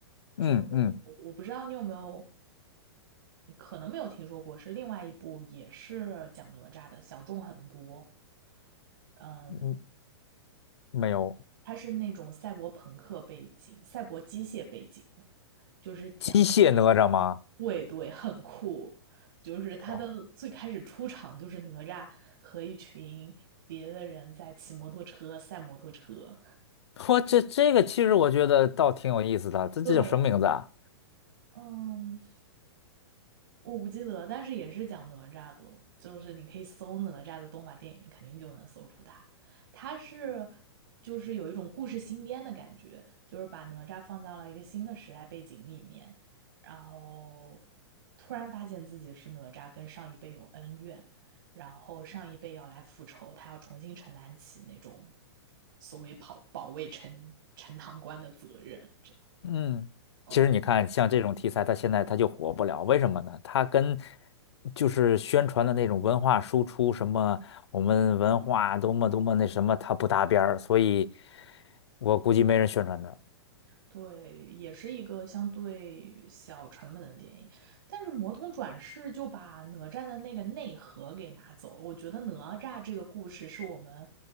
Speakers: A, on the left; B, on the right.
A: 嗯嗯
B: 就我不知道你有没有，你可能没有听说过，是另外一部也是讲哪吒的，小众很多。嗯，
A: 嗯，没有
B: 它是那种赛博朋克背景、赛博机械背景的，就是讲
A: 机械哪吒吗？
B: 对对，很酷。就是他的最开始出场就是哪吒和一群别的人在骑摩托车赛摩托车。
A: 哇，<laughs> 这这个其实我觉得倒挺有意思的，这这叫什么名字啊？
B: 对，嗯，我不记得，但是也是讲哪吒的，就是你可以搜哪吒的动画电影，肯定就能搜出它。它是就是有一种故事新编的感觉，就是把哪吒放到了一个新的时代背景里面，然后突然发现自己是哪吒，跟上一辈有恩怨，然后上一辈要来复仇，他要重新承担起那种所谓保保卫陈陈塘关的责任，这样，
A: 嗯，
B: 嗯。
A: 其实你看，像这种题材，它现在它就火不了，为什么呢？它跟就是宣传的那种文化输出，什么我们文化多么多么那什么，它不搭边儿，所以我估计没人宣传它。
B: 对，也是一个相对小成本的电影，但是《魔童转世》就把哪吒的那个内核给拿走了。我觉得哪吒这个故事是我们，